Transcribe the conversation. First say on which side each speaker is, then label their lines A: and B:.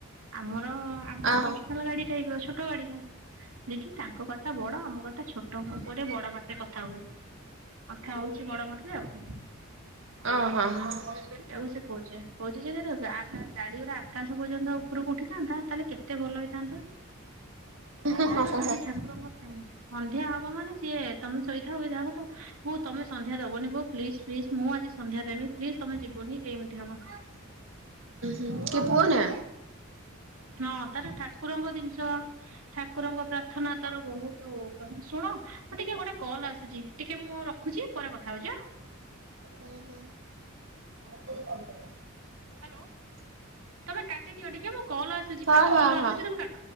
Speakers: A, on the right; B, on the right.
A: ଆମର ଆମର
B: ଅହ
A: ପର୍ସନାଲ ଗାଡି ଟାଇପ ର ଛୋଟ ଗାଡି ଟା ଦିଦି ତାଙ୍କ ଗାଡ଼ି ଟା ବଡ଼ ଆମ ଗାଡ଼ି ଟା ଛୋ ଛୋଟ ପୁ ପାଅଟେ ବଡ ପାଟିରେ କଥା ହୁଏ। କଥା ହଉଚି ବଡ ପାଟିରେ ଆଉ।
B: ଅ ହଁ
A: ସେଇଟା କୁ ସେ କହୁଚି କହୁଚି ଯଦି ଗା ଗାଡି ଉରା ଆକାଶ ପର୍ଯ୍ୟନ୍ତ ଉପରକୁ ଉଠିଥାନ୍ତା ତାହେଲେ କେତେ ଭଲ ହେ ଥାନ୍ତା।
B: ହୁଁ
A: ତାର
B: ହୁଁ
A: ଭାରି ଠାକୁରଙ୍କ ପ୍ରେମୀ। ସନ୍ଧ୍ୟା ହବ ମାନେ ସିଏ ତମେ ଶୋଇ ଥାଅ କି ଯାହା କଉଥାଅ, ବୋଉ ତମେ ସନ୍ଧ୍ୟା ଦବନି ବୋଉ ପ୍ଲିଜ୍ ପ୍ଲିଜ୍ ମୁଁ ଆଜି ସନ୍ଧ୍ୟା ଦେବି ପ୍ଲିଜ୍ ତମେ ଯିବନି, ଏମିତି ହବ।
B: ହୁଁ, ତୋ ପୁଅ ନା?
A: ହଁ, ତାର ଠାକୁରଙ୍କ ଜିନିଷ ଠାକୁରଙ୍କ ପ୍ରାର୍ଥନା ତାର ବହୁତୁ। ଶୁଣ ମୁଁ ଟିକେ ଗୋଟେ କଲ୍ ଆସୁଛି ଟିକେ ମୁଁ ର ଖୁଚି, ପରେ କଥା ହଉଚି, ଆଁ?
B: ହୁଁ, ହୁଁ। କେ କରି ଦବ।
A: ହ୍ୟାଲୋ। ତମେ କାଟିଦିଅ ଟିକେ ମୋ କଲ୍ ଆସୁଚି।
B: ହଁ
A: କଲ୍
B: ହଁ ହଁ।
A: ଆସୁଚି ତମେ କା